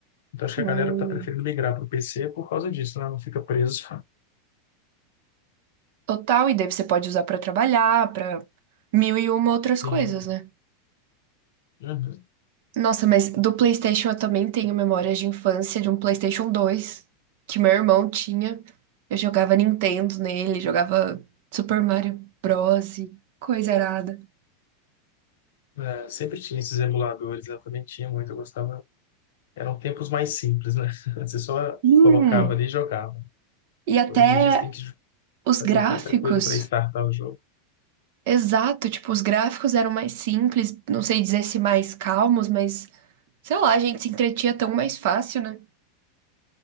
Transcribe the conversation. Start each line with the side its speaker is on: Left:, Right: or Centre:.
Left: Então acho que
Right: Hum,
Left: a galera tá preferindo migrar para o PC por causa disso, né? Não fica preso.
Right: total, e daí você pode usar pra trabalhar, pra mil e uma outras
Left: <laughs> Sim.
Right: coisas, né?
Left: Uhum.
Right: Nossa, mas do PlayStation eu também tenho memórias de infância de um PlayStation dois que meu irmão tinha. Eu jogava Nintendo nele, jogava Super Mario Bros. e Coisa arada.
Left: É, sempre tinha esses emuladores, eu também tinha muito, eu gostava. Eram tempos mais simples, né? <laughs> Você só
Right: Hum,
Left: colocava ali e jogava.
Right: e até
Left: Hoje em dia você tem que
Right: os
Left: fazer
Right: gráficos.
Left: tanta coisa para startar o jogo.
Right: Exato, tipo, os gráficos eram mais simples, não sei dizer se mais calmos, mas sei lá, a gente se entretinha tão mais fácil, né?